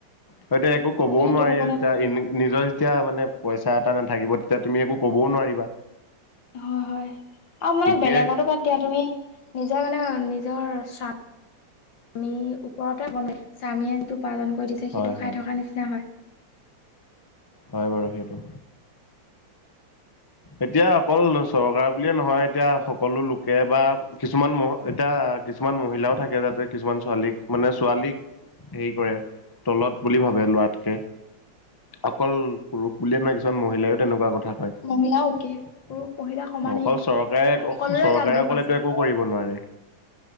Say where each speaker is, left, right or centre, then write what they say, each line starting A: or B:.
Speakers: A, on the left; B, on the left.
A: সেটোৱে একো ক'বই
B: কিন্তু সেইটো
A: নোৱাৰি
B: হ'ব
A: যেতিয়া
B: নালাগে
A: নিজৰ যেতিয়া মানে পইচা এটা নাথাকিব এতিয়া তুমি একো ক'বও নোৱাৰিবা।
B: হয় - হয় আৰু মানে
A: তুমিয়ে
B: বেলেগতো বাদ দিয়া তুমি নিজৰ মানে নিজৰ স্বাম মীৰ ওপৰতে বনে স্বামীয়ে যিটো উপাৰ্জন কৰি দিছে
A: হয়
B: সেইটো
A: হয়
B: খাই থকাৰ নিচিনা হয়।
A: হয় বাৰু সেইটো। এতিয়া অকল চৰকাৰ বুলিয়ে নহয় এতিয়া সকলো লোকে বা কিছুমান মহ ইতা কিছুমান মহিলাও থাকে যাতে কিছুমান ছোৱালীক মানে ছোৱালীক হেৰি কৰে তলত বুলি ভাবে লোৱাতকে অকল পুৰুষ বুলিয়ে নহয় কিছুমান মহিলায়ও তেনেকুৱা কথা ক অকল
B: মহিলা কি পুৰুষ মহিলা সমানেই
A: চৰকাৰে
B: সকলোৰে
A: চৰকাৰে
B: গাত দুখ
A: অকলেতটো
B: আছে
A: একো কৰিব নোৱাৰে।